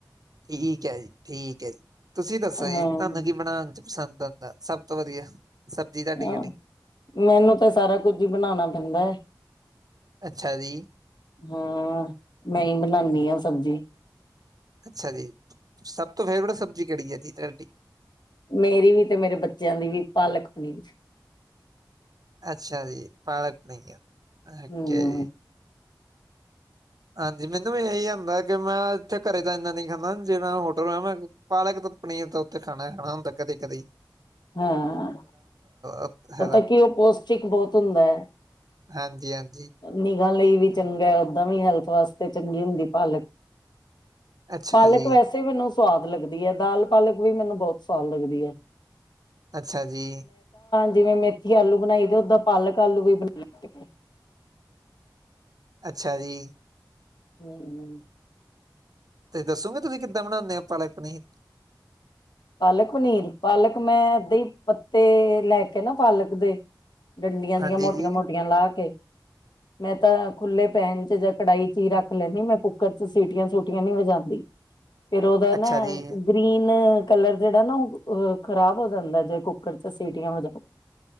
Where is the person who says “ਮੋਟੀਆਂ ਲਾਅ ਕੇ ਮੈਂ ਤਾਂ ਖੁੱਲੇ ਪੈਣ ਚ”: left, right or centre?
Left